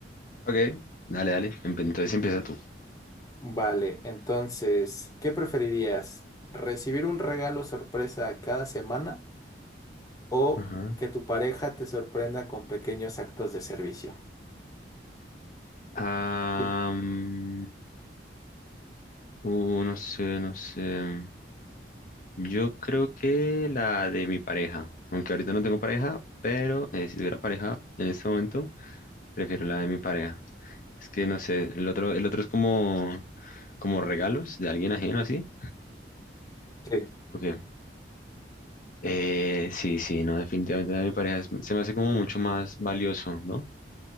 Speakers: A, on the left; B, on the left.
A: ok, dale, dale. empe- Entonces empieza tú.
B: Vale, entonces, ¿qué preferirías? ¿Recibir un regalo sorpresa cada semana? o
A: Ajá.
B: que tu pareja te sorprenda con pequeños actos de servicio.
A: Am,
B: Sí,
A: uh, no sé, no sé. Yo creo que la de mi pareja. Aunque ahorita no tengo pareja, pero eh, si tuviera pareja en este momento, prefiero la de mi pareja. Es que no sé, el otro, el otro es como, como regalos de alguien ajeno así.
B: sí,
A: Ok. Eh, sí, sí, no, definitivamente la de mi pareja es- se me hace como mucho más valioso, ¿no?